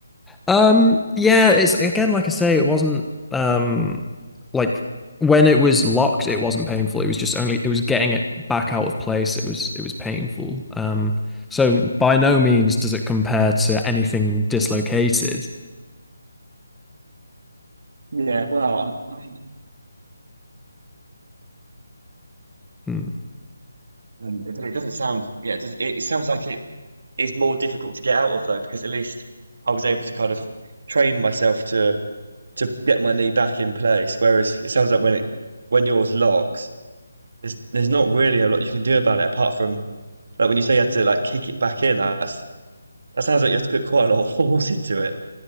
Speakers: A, in the centre; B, on the right.
A: Um, yeah, it's again, like I say, it wasn't um like when it was locked, it wasn't painful. It was just only it was getting it back out of place. It was it was painful. Um, so by no means does it compare to anything dislocated.
B: Yeah, well, I, I mean,
A: Hmm.
B: It it doesn't sound, yeah, it does, it, it sounds like it is more difficult to get out of though, because at least I was able to kind of train myself to, to get my knee back in place. Whereas it sounds like when it, when yours locks, there's, there's not really a lot you can do about it apart from, like when you say you had to like kick it back in, that's, That sounds like you have to put quite a lot of <laughs> force into it.